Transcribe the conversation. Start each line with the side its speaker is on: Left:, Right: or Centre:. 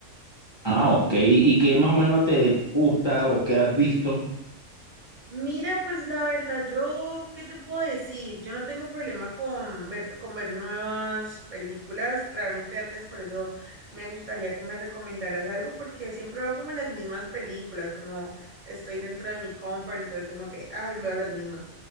Left: Ah, ok. ¿Y qué más o menos te gusta o qué has visto?
Right: Mira, pues la verdad, yo, ¿qué te puedo decir? Yo no tengo problema con ver, con ver nuevas películas. Realmente antes por eso me gustaría que me recomendaras algo, porque siempre veo como las mismas películas, como estoy dentro de mi comfort, entonces como que, ay, veo las mismas.